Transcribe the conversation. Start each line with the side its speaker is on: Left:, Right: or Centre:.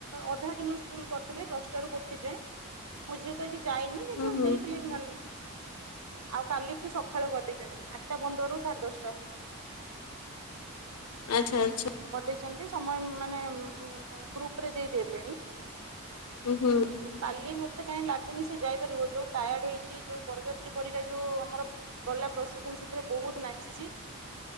Right: ଅଧା ଦିନ ସ୍କୁଲ କରିଥିଲେ ଦଶଟାରୁ ଗୋଟେ ଯାଏଁ ମୋ ଝିଅ ତ ଆଜି ଯାଇନି କିନ୍ତୁ
Left: ହୁଁ ହୁଁ
Right: ଦେଇଥିଲେ ସେମାନେ। ଆଉ କାଲିଠୁ ସକାଳ କରିଦେଇଛନ୍ତି ଆଠଟା ପନ୍ଦରରୁ ସାଢ଼େ ଦଷ୍ଟା।
Left: ଆଚ୍ଛା ଆଚ୍ଛ
Right: କରିଦେଇଛନ୍ତି ସମୟ ମାନେ ଉଁ ଗ୍ରୁପରେ ଦେଇଦେଲେଣି।
Left: ହୁଁ ହୁଁ।
Right: ଆଉ କାଲି ମୁଁ ମୋତେ କାଇଁ ଲାଗୁନି ସେ ଯାଇପାରିବ, ଯୋଉ ଟାୟାଡ୍ ହେଇଚି, ଯୋଉ ବରଯାତ୍ରୀ ପରିକା ଯୋଉ ଆମର ଗଲା ପ୍ରସେସନ୍ ସେଥିରେ ବହୁତ ନାଚିଚି,